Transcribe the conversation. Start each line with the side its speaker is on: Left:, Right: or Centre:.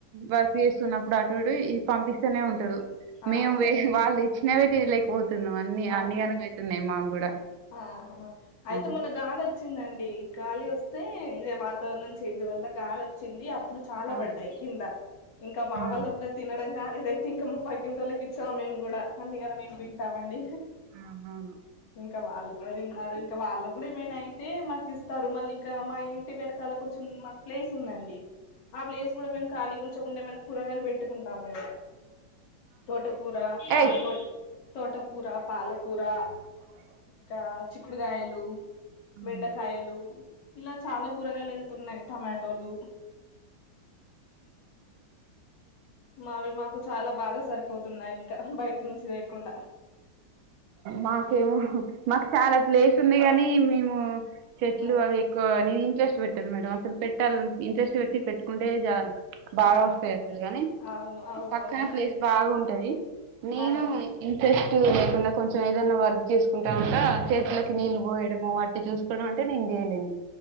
Right: వర్క్ చేస్తున్నప్పుడు అటుడు ఇ పంపిస్తేనే ఉంటదు మేము
Left: ఆహా
Right: వాళ్ళు ఇచ్చినవి తినలేకపోతున్నాం అన్ని
Left: అదే
Right: అన్నిగాన అయితున్నాయి మాకు కూడా
Left: ఆహా అయితే
Right: ఆ
Left: మొన్న గాలి వచ్చిందండి గాలి వస్తే ఇదే వాతావ చే వల్ల గాలి వచ్చింది అప్పుడు చాలా
Right: ఆ
Left: పడ్డాయి కింద ఇంకా మా
Right: ఆ
Left: వల్ళ కూడా తినడం కాలేద అయితే ఇంకా ము పగ్గింటంటిోళ్ళకి ఇచ్చాం మేము కూడా అన్నిగానే మేము తింటాంమండి
Right: అ అవును
Left: ఇంకా వాళ్ళు కూడా తిన్నారు ఇంకా వాళ్ళ కూడా ఏమైనా అయితే మాకు ఇస్తారు మళ్ళీ ఇంకా మా ఇ వెనకాల కొంచం మనక్ ప్లెస్ ఉందడి ఆ ప్లేస్ వచ్చకుండా ఏమైనా కూరగాయలు పెట్టుకుంటాం మేము తోటకూరా ఆ
Right: ఏయ్
Left: తో తోటకూరా పాలకూరా ఇంకా చిక్కుడుకాయలు
Right: అవును
Left: బెండకాయలు ఇలా చాలా కూరగాయలు వెళ్తున్నాయి టమాటోలు
Right: ఆ
Left: మావి మాకు చాలా బాగా సరిపోతున్నాయి ఇంకా బయట నుంచి తేకుండా
Right: మాకేమో మాకు చాలా ప్లేస్ ఉంది కాగాని మేము చెట్లు
Left: ఆ
Right: అవి ఎక్కువ నేను ఇంట్రెస్ట్ పెట్టాను మేడం అసలు పెట్టాలని ఇంట్రెస్ట్ పెట్టి పెట్టుకుంటే బాగా
Left: ఆ
Right: వస్తయి అసలు కానీ
Left: అవును అవునవును
Right: పక్కన ప్లేస్ బాగుంటది నేను
Left: ఆ
Right: ఇంట్రెస్ట్ నాకు కొంచెం ఏదైన్నా వర్క్ చేసుకుంటా ఉంటా చేట్లకి నీళ్లు
Left: ఆ
Right: పోయడము వాట్టి చూసుకోవడం అంటే నేను చేయలేను